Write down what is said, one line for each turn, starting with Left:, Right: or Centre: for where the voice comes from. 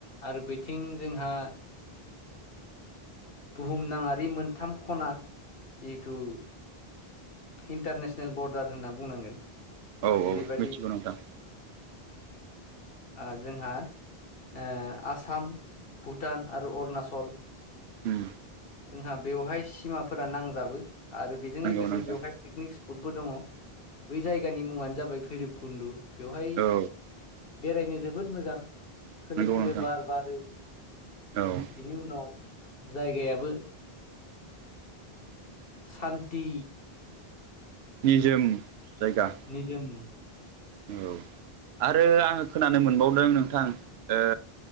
Left: आरो बिथिं जोंहा बुहुमनाङारि मोनथाम खना जिहेथु इन्टारनेसनेल बरडार होनना बुंनांगोन
Right: औ
Left: जेरैबायदि
Right: औ मिथिगौ <inaudible>
Left: ओ जोंहा ओ आसाम भुटान आरो अरुणाचल
Right: उम
Left: जोंहा बेवहाय सिमाफोरा नांजाबो। आरो बेजों
Right: नंगौ
Left: लोगोसे
Right: नोंथां
Left: बेवहाय पिकनिक स्पटबो दङ बै जायगानि मुङानो जाबाय भैरबकुन्दु। बेवहाय
Right: औ
Left: बेरायनो जोबोद मोजां। खोलो
Right: नंगौ
Left: खोलो
Right: नोंथां
Left: बार बारो।
Right: औ
Left: बिनि उनाव जायगायाबो सान्थि
Right: निजोम जायगा।
Left: निजोम।
Right: औ आरो आङो खोनानो मोनबावदों नोंथां ओ